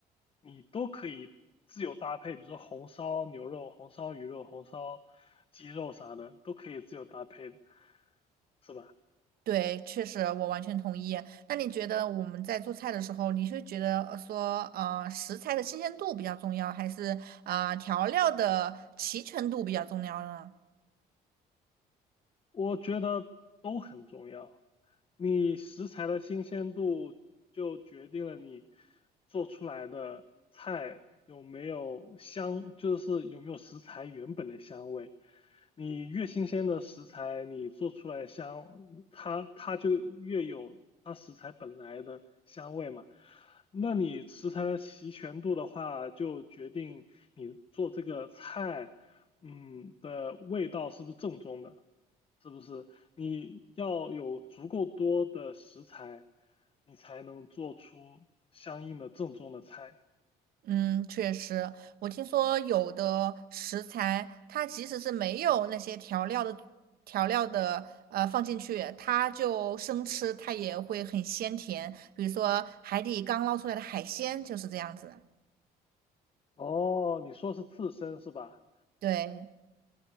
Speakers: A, on the left; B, on the right.
A: 你都可以自由搭配，比如说红烧牛肉、红烧鱼肉、红烧鸡肉啥的，都可以自由搭配的，是吧？
B: 对，确实，我完全同意。那你觉得我们在做菜的时候，你是觉得呃说，呃，食材的新鲜度比较重要，还是啊、呃调料的齐全度比较重要呢？
A: 我觉得都很重要。你食材的新鲜度就决定了你做出来的菜有没有香，就是有没有食材原本的香味。你越新鲜的食材，你做出来的香，它它就越有它食材本来的香味嘛。那你食材的齐全度的话，就决定你做这个菜，嗯的味道是不是正宗的。是不是？你要有足够多的食材，你才能做出相应的正宗的菜。
B: 嗯，确实，我听说有的食材，它即使是没有那些调料的调料的呃放进去，它就生吃，它也会很鲜甜。比如说海底刚捞出来的海鲜就是这样子。
A: 哦，你说是刺身是吧？
B: 对，